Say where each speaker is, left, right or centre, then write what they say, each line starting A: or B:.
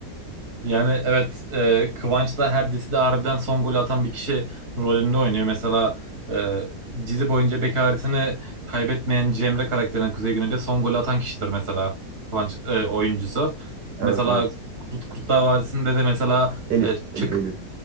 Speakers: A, on the right; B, on the right.
A: Yani evet e, Kıvanç da her dizide harbiden son golü atan bir kişi rolünde oynuyor. Mesela e, dizi boyunca bekaretini kaybetmeyen Cemre karakterine Kuzey Güney'de son golü atan kişidir mesela Kıvanç e, oyuncusu.
B: Evet
A: Mesela
B: evet.
A: Kurt, Kurtlar Vadisi'nde de mesela
B: Elif,
A: e,
B: Elif
A: Çakır
B: Eylül.